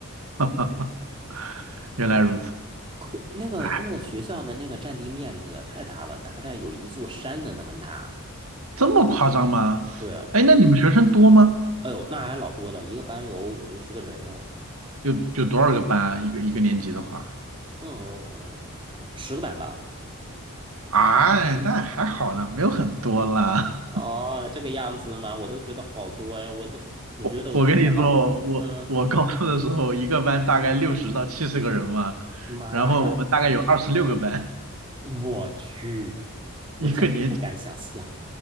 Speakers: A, on the right; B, on the right.
A: <laughs> 原来如此。
B: 可那个那个学校的那个占地面积啊太大了，
A: 哎，
B: 大概有一座山的那么大。
A: 这么夸张吗？
B: 对啊，
A: 哎，那你们学生多吗？
B: 哎呦，那还老多了，一个班有五六十个人呢。
A: 有有多少个班啊？一个一个年级的话，
B: 嗯，十个班吧？
A: 哎，那还好啦，没有很多啦。
B: 哦，这个样子吗？我都觉得好多呀，我都我觉得我从小到，
A: <laughs> 我跟你说，我我高中的时候，
B: 嗯，
A: 一个班大概六十到七十个人嘛，
B: 妈呀，
A: 然后我们大概有二十六个班，
B: 我去呀，我简直不敢想象。
A: 一个年级。